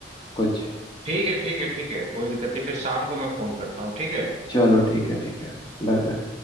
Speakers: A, on the left; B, on the right.
A: कुछ
B: ठीक है ठीक है ठीक है कोई दिक्कत नहीं फिर शाम को मैं फोन करता हूँ ठीक है
A: चलो ठीक है ठीक है Bye bye